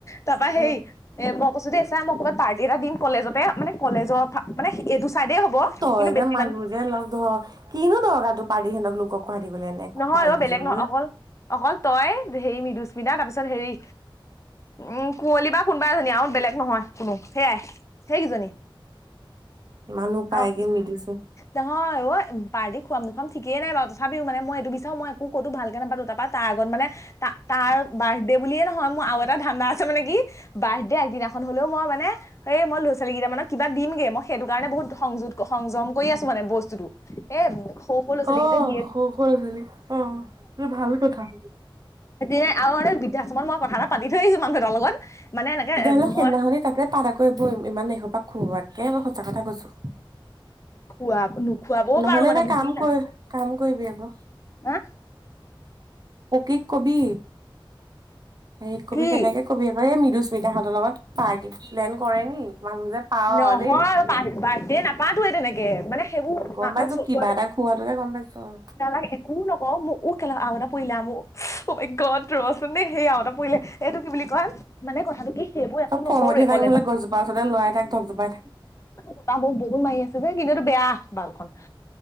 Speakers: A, on the left; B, on the right.
A: তাৰপা সেই
B: উম
A: এ মোক কৈছো দেই চা মই কবাত পাৰ্টি এটা দিম কলেজতে মানে কলেজৰ ফালে মানে এইটো চাইডে হ'ব
B: তই
A: কিন্তু
B: যে
A: বেছি
B: মানুহ
A: মান
B: যে লগ ধৰ কিনো দৰকাৰ তোৰ পাৰি হেত লোকক গুৱাহাটীলে এনে
A: নহয়
B: ভাল
A: অ
B: কিজনী
A: বেলেগ নহয় অকল অকল তই হে মি দুছমিতা তাৰ পিছত হেৰি উম কুঁৱলী বা কোনোবাই এজনী আৰু বেলেগ নহয় কোনো সেয়াই সেইকেজনী
B: মানুহ পাইগে
A: আৰু
B: মিলিছে
A: নহয় পাৰ্টি খোৱাম ন মন ঠিকেই নাই বাও তথাপিও মানে মই বিচাৰো মই একো ক'তো ভালকে নাপালো তাৰপা তাৰ আগত মানে তা তাৰ বাৰ্থডে বুলিয়ে নহয় মোৰ আৰু এটা ধান্ধা মানে কি বাৰ্থডে আগদিনাখন হলেও মই মানে এই মই ল'ৰা ছোৱালী কেইটা মানক কিবা দিমগে মই সেইটো কাৰণে বহুত সংযোগ সংযম কৰি আছো মানে বস্তুটো এ সৰু সৰু ল'ৰা ছোৱালীক
B: অ',
A: যে দিয়ে
B: সৰু স, অ', এইটো ভাল কথা।
A: এতিয়া আৰু এ'বৃদ্ধাশ্ৰমত মই কথা এটা পাতি থৈ আহিছোঁ মানুহ এটাৰ লগত। মানে এনেকে
B: তেতিয়াহ'লে সেইদিনাখননি
A: মই
B: তাতে পাৰে গৈ বৈ ইমান এখোপা, খোৱাতকে মই সঁচা কথা কৈছো।
A: খুৱা নোখোৱাবও
B: নহ'লে
A: পাৰো মানে
B: এটা
A: বুজিলা
B: কাম কৰি কাম কৰিবি আকৌ
A: হা,
B: পকিক কবি? হেৰি কবি
A: কি
B: তেনেকে কবি আকৌ এই মৃদুচ, পিতাহঁতৰ লগত পাৰ্টি প্লেন কৰে নি? মানুহ যে পাৱ
A: নহয়
B: দেই
A: আৰু বাৰ্থদে নাপাতোয়ে তেনেকে মানে সেইবোৰ
B: গম
A: মানুহক
B: পাইছো
A: চ,
B: কিবা এটা খুওৱাটোকে
A: '
B: গম পাইছো অ
A: নালাগে একো নকওঁ মোক উঠ, কেলা আৰু এটা পৰিলে আমু অহ, - মাই - গড, ৰচোন দেই সেই আওতটা পৰিলে এইটো কি বুলি কয়? মানে কথাটো কি সেইবোৰ একো
B: তব ফমঠি
A: নকৰোৱে
B: থাক
A: কলেজত
B: নহ'লে গছজোপা ওচৰতে লৰাই থাক। ধপধপাই থাক
A: বতাহ বহুত -বহুত মাৰি আছে যে, কিন্তু এইটো বেয়া বাল খন,